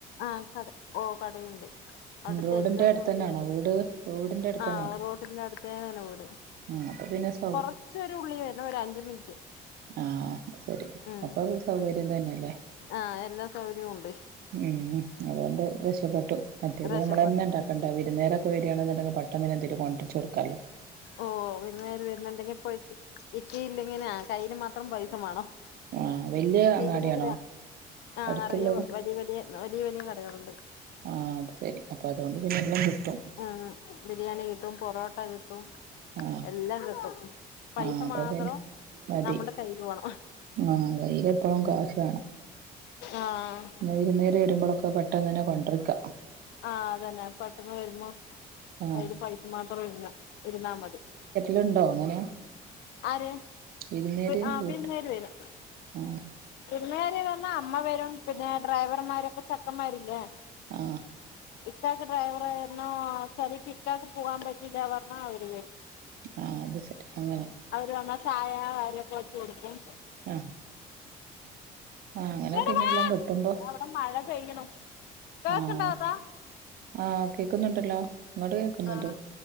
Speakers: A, on the left (about 80°); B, on the right (about 60°).
A: ആഹ് കട ആഹ് കടയിണ്ട്. അട്ത്ത
B: റോഡിന്റെ
A: എല്ലാ
B: അടുത്ത്
A: സൗകര്യൂണ്ട്
B: തന്നെയാണോ വീട് റോഡിന്റെ അടുത്ത്
A: ആഹ് റോഡിന്റട്ത്തേ തന്നെ വീട്.
B: ഉം അപ്പൊ പിന്നെ സ
A: കൊറച്ചൊരുള്ളി വരണം ഒരഞ്ച് മിനിറ്റ്.
B: ആഹ് അത് സെരി
A: ഉം
B: അപ്പത് സൗകര്യം തെന്നല്ലേ.
A: ആഹ് എല്ലാ സൗകര്യൂണ്ട്.
B: ഉം അതൊണ്ട് രക്ഷപ്പെട്ടു മറ്റേത്
A: റേഷൻ
B: നമ്മളെന്നെണ്ടാക്ക
A: പെട്ടും
B: ണ്ട വിര്ന്നാരൊക്കെ വെരാണെന്ന്ണ്ടെങ്കി പെട്ടന്നെനെന്തെലും കൊണ്ട്രിച്ചൊട്ക്കാല്ലോ
A: ഓഹ് വിര്ന്ന് കാര് വരുന്നുണ്ടെങ്കി പോയി ഇക്കയില്ലങ്കി ഞാ കയ്യില് മാത്രം പൈസമാണം.
B: ആഹ് വല്യ അങ്ങാടിയാണോ
A: ല്ലെങ്ങിൽ ആ
B: അടുത്തുള്ളത്
A: നിറയ വലിയ വലിയ വലിയ വലിയ കടകളുണ്ട്
B: ആഹ് അത് ശരി അപ്പൊ അതൊണ്ട് പിന്നെ എല്ലാം കിട്ടും
A: ആഹ് ബിരിയാണി കിട്ടും പൊറോട്ട കിട്ടും
B: ആഹ്
A: എല്ലാം കിട്ടും പൈസ
B: ആഹ് അപ്പൊ
A: മാത്രം
B: പിന്നെ മതി
A: നമ്മുടെ കയ്യില് വേണം
B: ആഹ് കയ്യില് എപ്പഴും കാശ് വാണം
A: ആഹ്
B: ന്നെ വിരുന്നേര് വരുമ്പളൊക്കെ പെട്ടെന്നന്നേ കൊണ്ടിരിക്ക.
A: ആഹ് അതന്നെ പെട്ടെന്ന് വരുമ്പോ
B: ആഹ്
A: കൈയില് പൈസ മാത്രം ഇന്ന് ഇരുന്നാ മതി
B: ല്ണ്ടോ അങ്ങനെ
A: ആര്
B: വിരുന്നേര്
A: ആഹ്
B: വീട്ട്
A: വീരുന്നേര് വരും
B: ആഹ്
A: വിരുന്നേര് വന്നാ അമ്മ വരും പിന്നെ ഡ്രൈവർമാരൊക്കെ ചക്കന്മാരില്ലേ
B: ആഹ്
A: ഇക്കാക്ക് ഡ്രൈവറായിരുന്നോ ചല് ഇക്കക്ക് പോവാൻ പറ്റീല്ല പറഞ്ഞ അവര് വരു
B: ആഹ് അത് ശരി അങ്ങനെ
A: അവര് നമ്മ ചായ <unintelligible> കൊടുക്കും
B: ആഹ് ആഹ് അങ്ങനെ
A: ഇങ്ങട്
B: പിന്നല്ലാം
A: വാ
B: കിട്ടുമ്പോ
A: അവിടെ മഴ പെയ്യണു കേക്കണ്ടോ
B: ആഹ്
A: അതാ
B: ആഹ് കേക്കുന്നുണ്ടല്ലോ ഇങ്ങോട്ട് കേക്കുന്നുണ്ട്
A: ആഹ്